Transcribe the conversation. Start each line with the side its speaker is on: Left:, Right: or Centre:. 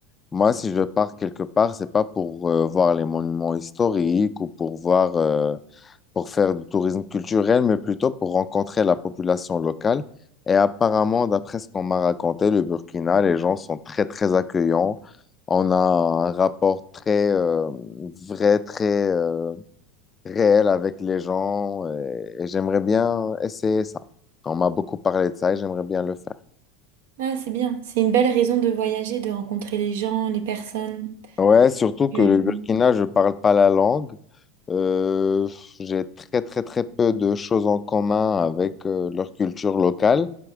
Left: Moi, si je pars quelque part, c'est pas pour euh, voir les monuments historiques ou pour voir, euh, pour faire du tourisme culturel, mais plutôt pour rencontrer la population locale. Et apparemment, d'après ce qu'on m'a raconté, le Burkina, les gens sont très, très accueillants. On a un rapport très euh, vrai, très euh, réel avec les gens et et j'aimerais bien essayer ça. On m'a beaucoup parlé de ça et j'aimerais bien le faire.
Right: Ah, c'est bien. C'est une belle raison de voyager, de rencontrer les gens, les personnes.
Left: Ouais, surtout
Right: Que-
Left: que le Burkina, je parle pas la langue. Euh, j'ai très, très, très peu de choses en commun avec euh, leur culture locale.